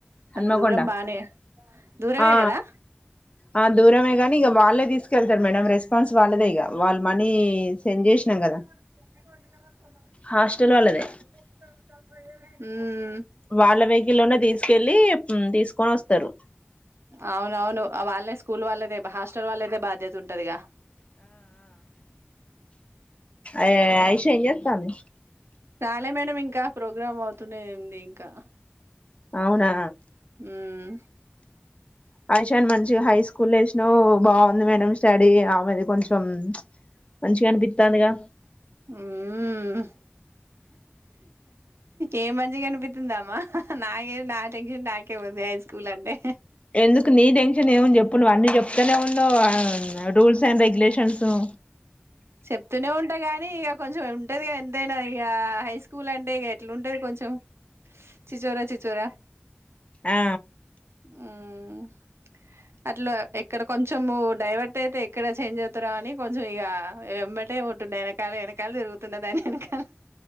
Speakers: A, on the left (about 30°); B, on the right (about 85°).
A: హన్మకొండ
B: అంత దూరం బానే దూరమే
A: ఆ
B: కదా
A: ఆ దూరమే గాని ఇక వాళ్ళ తీసుకెళ్తారు మేడం రెస్పాన్స్ వాళ్ళదే ఇగ వాళ్ళ మనీ సెండ్ చేసినాం
B: స <unintelligible>
A: కదా హాస్టల్ వాళ్ళదే
B: హమ్
A: వాళ్ళ వెహికల్ లోనే తీసుకెళ్ళి తీసుకొని వస్తారు
B: అవును అవును వాళ్ళు స్కూల్ వాళ్ళదే హాస్టల్ వాళ్ళదే బాధ్యత ఉంటాదిగా
A: ఆయిషా ఏం చేస్తాంది
B: చాలే మేడం ఇంకా ప్రోగ్రామ్ అవుతూనే ఉంది ఇంకా
A: అవునా
B: హమ్
A: ఆయిషాని మంచి గా హై స్కూల్ వేసిన నో బాగుంది మేడం స్టడీ ఆమెది కొంచెం మంచిగా అనిపిస్తుంది గా
B: ఉమ్ ఏ మంచిగా అనిపిస్తుందామ్మా అమ్ నాకే నా టెన్షన్ నాకే ఉంది హై స్కూల్ అంటే
A: ఎందుకు నీ టెన్షన్ ఏముంది చెప్పు నువ్వు అన్నీ చెప్తూనే ఉండవు రూల్స్ అండ్ రెగ్యులేషన్స్ <inaudible>
B: చెప్తూనే ఉంటాను కాని ఇక కొంచెం ఉంటాది గా ఎంతైనా ఇక హై స్కూల్ అంటే ఇక ఎట్లుంటాది కొంచెం చీచోరా చిచోర
A: ఆ
B: హమ్ అట్లా ఎక్కడ కొంచెం డైవర్ట్ అయితే ఎక్కడ చేంజ్ అవుతార అని కొంచెం ఇక ఎమ్మటే ఉంటుండ వెనకాల వెనకాల తిరుగుతున దాని వెనకాల